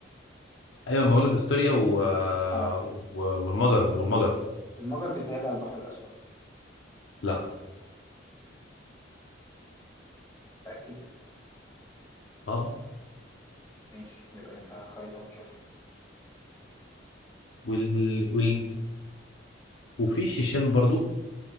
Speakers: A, on the left; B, on the left.
A: ايوه ما بقول لك استوريا و... آه،
B: اه
A: و... والمجر والمجر
B: المجر بيتهيألي على البحر الأسود
A: لا
B: متأكد
A: اه آه.
B: ماشي نبقى نفتح الخريطة ونشوفها
A: وال... وفي شيشان برضو